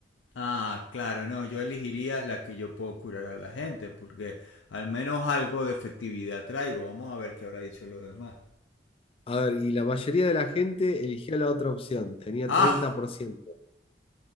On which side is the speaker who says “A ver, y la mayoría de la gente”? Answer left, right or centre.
Left